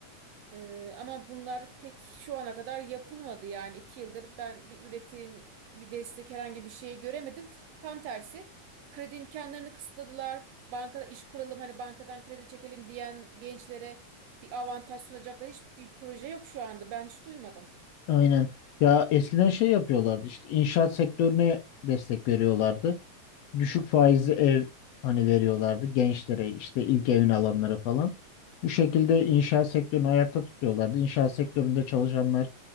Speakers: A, on the right (about 70°); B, on the left (about 70°).
A: Ee, ama bunlar pek şu ana kadar yapılmadı yani iki yıldır ben bir üretim, bir destek herhangi bir şey göremedim. Tam tersi kredi imkanlarını kısıtladılar. Bankada iş kuralım hani bankadan kredi çekelim diyen gençlere bir avantaj sunacaklar hiçbir proje yok şu anda. Ben hiç duymadım.
B: aynen. Ya eskiden şey yapıyorlardı işte inşaat sektörüne destek veriyorlardı. düşük faizli ev hani veriyorlardı gençlere işte ilk evini alanlara falan. Bu şekilde inşaat sektörünü ayakta tutuyorlardı. İnşaat sektöründe çalışanlar